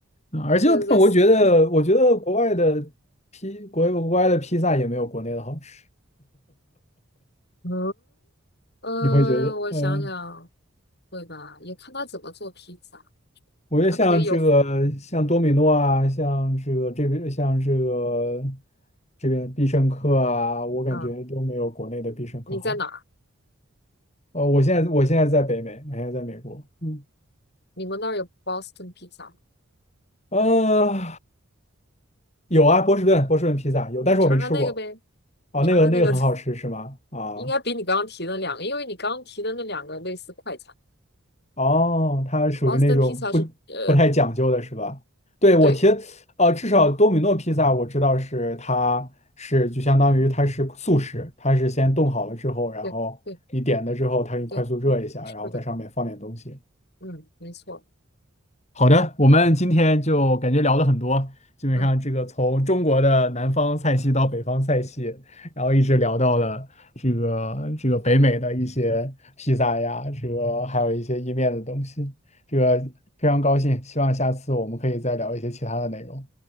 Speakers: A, on the left; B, on the left.
A: 啊而且但我觉得我觉得国外的披国外国外的披萨也没有国内的好吃，
B: 对对对，嗯，呃，
A: 你会觉得嗯？
B: 我想想，
A: 呃
B: 会吧，也看他怎么做披萨。
A: 我觉得像这个，
B: 它可以有，
A: 像多米诺啊，像这个这边，像这个这边必胜客啊，我感觉都没有国内的必胜客好。
B: 啊，你在哪儿
A: 呃，我现在我现在在北美，我现在在美国。嗯，
B: 你们那儿有 Boston pizza 吗
A: 呃，有啊，波士顿波士顿披萨有，但是我没吃过。
B: 你尝尝那个呗，
A: 哦，
B: 你尝尝那个，
A: 那个那个很好吃是吗？
B: <laughs>
A: 啊、
B: 应该比你刚刚提的两个，因为你刚刚提的那两个类似快餐
A: 哦，它属于那种不不太讲究的是吧？
B: ，Boston pizza 是，呃，
A: 对，我听，
B: 对
A: 呃，至少多米诺披萨我知道是它是就相当于它是速食，它是先冻好了之后，然后你点了之后，
B: 对对
A: 它给你快速热一下，
B: 对，是的，
A: 然后在上面放点东西。
B: 嗯，没错，
A: 好的，我们今天就感觉聊了很多，基本上这个从中国的南方菜系到北方菜系，
B: 嗯。好。
A: 然后一直聊到了这个这个北美的一些披萨呀，这个还有一些意面的东西，这个非常高兴，希望下次我们可以再聊一些其他的内容。